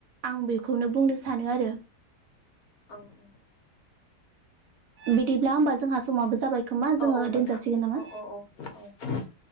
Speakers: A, on the right (about 70°); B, on the left (about 65°).
A: आं बेखौनो बुंनो सानो आरो।
B: <unintelligible>
A: बिदिब्ला होमबा जोंहा समाबो जाबाय खोमा जोङो
B: औ औ नोंथां
A: दोनजासिगोन नामा?
B: औ औ औ औ